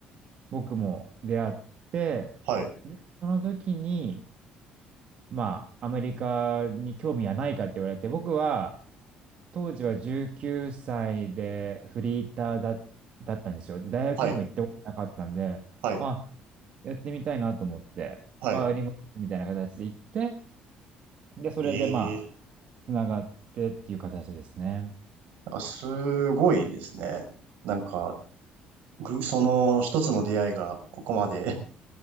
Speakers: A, on the right (about 40°); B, on the right (about 70°).
A: 僕も出会って、
B: はい。
A: で、その時に、まあ、アメリカに興味はないかって言われて、僕は、当時は19歳でフリーターだ、だったんですよ。で大学にも行ったことなかったんで、
B: はい。はい。
A: あ、やってみたいなと思って、
B: はい。
A: あ、ありますみたいな形で行って、で、それでまあ、
B: ええ
A: つながってっていう形ですね。
B: なんかすごいですね。なんか、ぐ、その一つの出会いがここまで